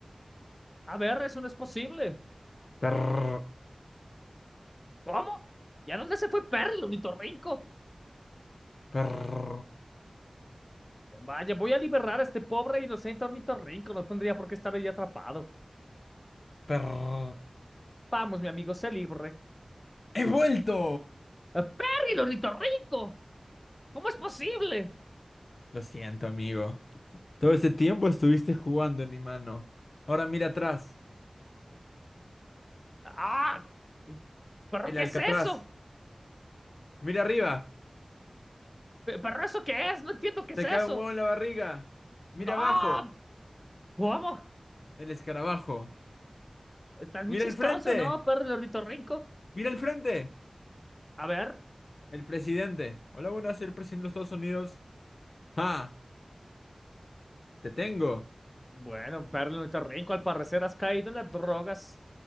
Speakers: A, on the left; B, on the left.
A: A ver, eso no es posible.
B: Perr,
A: ¿Cómo? Ya no se fue Perry, el ornitorrinco.
B: perr,
A: Vaya, voy a liberar a este pobre e inocente ornitorrinco. No tendría por qué estar ahí atrapado.
B: perr.
A: Vamos, mi amigo, se libre.
B: ¡He vuelto!
A: ¡Ah, ¡Perry, el ornitorrinco! ¿Cómo es posible?
B: Lo siento, amigo. Todo ese tiempo estuviste jugando en mi mano. Ahora mira atrás,
A: ¡Ah! ¿Pero
B: el
A: qué
B: Alcatraz.
A: es eso?
B: Mira arriba,
A: ¿Pe- ¿Pero eso qué es? No entiendo qué
B: te
A: es eso.
B: cae un huevo en la barriga. Mira
A: ¡No!
B: abajo,
A: ¿Cómo?
B: el escarabajo.
A: Estás muy
B: Mira
A: chistoso,
B: el frente,
A: ¿no, Perry, el ornitorrinco?
B: mira el frente,
A: A ver.
B: el presidente. Hola, buenas, soy el presidente de los Estados Unidos. ¡Ja! ¡Te tengo!
A: Bueno, Perry, el ornitorrinco, al parecer has caído en las drogas.